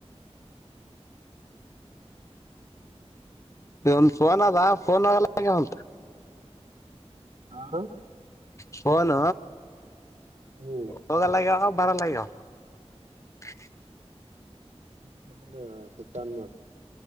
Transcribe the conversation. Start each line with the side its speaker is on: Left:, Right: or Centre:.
Left: ಇ ಒಂದು ಫೋನ್ ಅದ ಫೋನ್ ಆಲ್ಲ ಹಾಗ ಅಂತ
Right: ಹಾ
Left: ಫೋನ್
Right: ಹ್ಮ್
Left: ಹೋಗಲ್ಲ ಈಗ <unintelligible>
Right: ಸಪಡ ಸುತ್ತನ್ವ